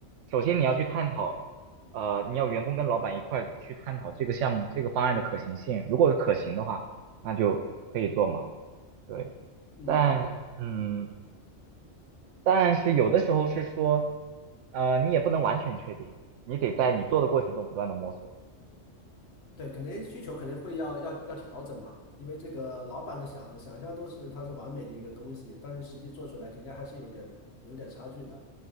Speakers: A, on the right; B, on the left.
A: 首先你要去探讨，呃，你要员工跟老板一块儿去探讨这个项目这个方案的可行性，如果是可行的话，那就可以做嘛。对。
B: 嗯。
A: 但嗯，但是有的时候是说，呃，你也不能完全确定，你得在你做的过程中不断的摸索。
B: 对，可能需求可能会要要要调整嘛，因为这个老板的想想象都是它是完美的一个东西，但是实际做出来肯定还是有点有点差距的，